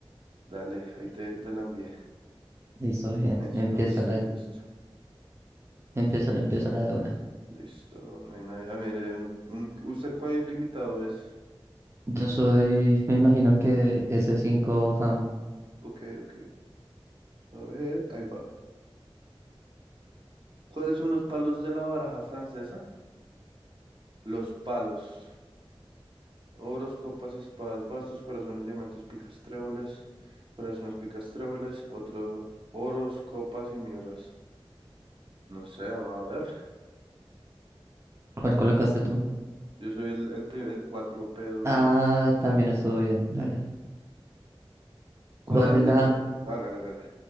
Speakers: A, on the right; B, on the right.
A: dale, ahí te, te la envié.
B: Listo, bien,
A: Me dices
B: empieza
A: cuando estés
B: la,
A: listo.
B: empieza la, empieza la de una.
A: Listo, no hay nadie. Ah, mire, un, un- ¿usted cuál invitado es?
B: Yo soy, me imagino que ese cinco Ham.
A: Ok, ok. A ver, ahí va. ¿Cuáles son los palos de la baraja francesa? Los palos. Oros, copas, espadas, bastos, corazones, diamantes, picas, tréboles, corazones, picas, tréboles, otro, oros, copas y mirras. No sé, vamos a ver.
B: ¿Cuál colocaste tú?
A: Yo soy el, el, pri- el 4PW1.
B: Ah,
A: sí.
B: también estuvo bien, dale.
A: ¿Cuál
B: ¿Cuál
A: han...
B: es la,
A: Hágale, hágale.